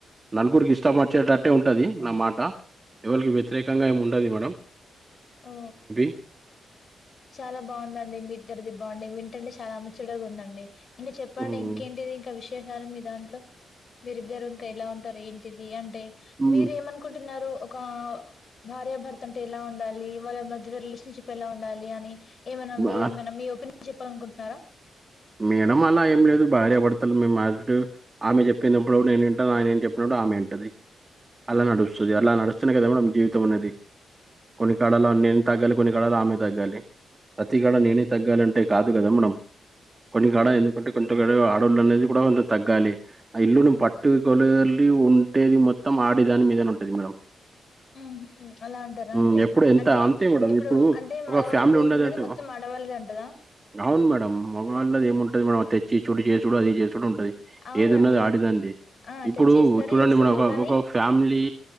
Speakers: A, on the right; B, on the left.
A: నలుగురికి ఇష్టం వచ్చేటట్టే ఉంటది నా మాట ఎవలకి వ్యతిరేకంగా ఏమి ఉండదు మేడం
B: ఓ
A: <unintelligible>
B: చాలా బాగుందండి మీ ఇద్దరిది బాండింగ్ వింటుంటే చాలా అ ముచ్చడగా ఉందండి ఇంకా చెప్పండి
A: హ్మ్.
B: ఇంకేంటిది ఇంకా విశేషాలు మీ దాంట్లో మీరిద్దరు ఎలా ఉంటారు ఏంటిది అంటే
A: హ్మ్.
B: మీరు ఏమనుకుంటున్నారు <unintelligible> ఒక భార్యాభర్త అంటే ఎలా ఉండాలి వాళ్ళ మధ్యలో రిలేషన్షిప్ ఎలా ఉండాలి అని <unintelligible> మీరు
A: ఆహ్,
B: ఏమైన్నా మీ ఒపీనియన్ చెప్పాలనుకుంటున్నారా
A: మేడం అలా ఏం లేదు భార్య భర్తలు మేము <unintelligible> ఆమె చెప్పినప్పుడు నేను వింటాను ఆయన చెప్పినప్పుడు ఆమె వింటది అలా నడుస్తుది అలా నడుస్తూనే కదా మేడం జీవితం అన్నది కొన్ని కళలు నేను తగ్గాలి కొన్ని కళాలు ఆమె తగ్గాలి ప్రతి కూడ నేనే తగ్గాలంటే కాదు కదా మేడం కొన్ని గడ ఎందుకంటే కొంత ఆడవుళ్ళ అనేది కూడా తగ్గాలి ఆ ఇల్లును పట్టు కొలలి ఉంటేది మొత్తం ఆడదాని మీదనే ఉంటది మేడం <unintelligible>
B: ఉహు అలా అంటారా
A: హ్మ్.
B: అండి
A: ఎప్పుడు ఎంత
B: అంటే
A: అంతే మేడం.
B: ఇప్పుడు అంటే
A: ఒక
B: మగవాళ్ళది
A: ఫ్యామిలీ
B: ఏమి
A: ఉన్నదంటే
B: ఉండదు మొత్తం ఆడవాళ్ళదే ఉంటద
A: అవును మేడం మగళ్ళది ఏముంటుది మేడం తెచ్చి చూడు చ చే చూడు అది చేస చూడు ఉంటది
B: అవునండి
A: ఏది ఉన్నది ఆడిదాంది
B: ఆ
A: ఇప్పుడు
B: తెచ్చి ఇస్తారు
A: చూడండి
B: చేస్తారు
A: మన ఒక
B: కానీ
A: ఒక ఫ్యామిలీ